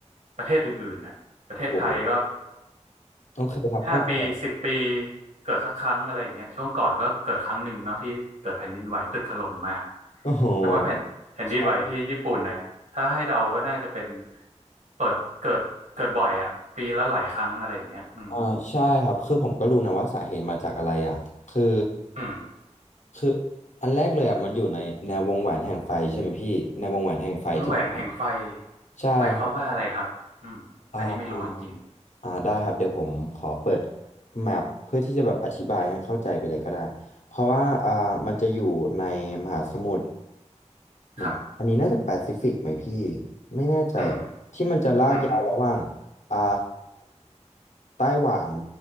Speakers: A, on the right; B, on the left.
A: ประเทศอื่นๆน่ะประเทศไทยก็
B: โอ้โหโอเคครับเข้าใจครับ
A: ห้าปีสิบปีเกิดสักครั้งอะไรอย่างเงี้ยช่วงก่อนก็เกิดครั้งหนึ่งเนาะที่เกิดแผ่นดินไหวตึกถล่มมา
B: โอ้โห
A: แต่ว่าแผ่นแผ่นดินไหวที่ญี่ปุ่นเนี่ยถ้าให้เดาก็น่าจะเป็น
B: ใช่
A: เปิดเกิดเกิดบ่อยอะปีละหลายครั้งอะไรอย่างเงี้ยอืม
B: อ่าใช่ครับคือผมก็รู้นะว่าสาเหตุมาจากอะไรอ่ะคือ
A: อืม
B: คืออันแรกเลยอ่ะมันอยู่ในแนววงแหวนแห่งไฟใช่ไหมพี่แนววงแหวนแห่งไฟที่แบบว่า
A: วงแหวนแห่งไฟ
B: ใช่ครับ
A: หมายความว่าอะไรครับอืมอันนี้ไม่รู้จริง
B: อ่าอ่าได้ครับเดี๋ยวผมขอเปิดแมปเพื่อที่จะแบบอธิบายให้เข้าใจไปเลยก็ได้เพราะว่าอ่ามันจะอยู่ในมหาสมุทร เหมือนอันนี้น่าจะแปซิฟิกไหมพี่
A: ๆครับ
B: ไม่แน่ใจอะที่มันจะลากยาวระหว่าง
A: อืมอืม
B: อ่าไต้หวัน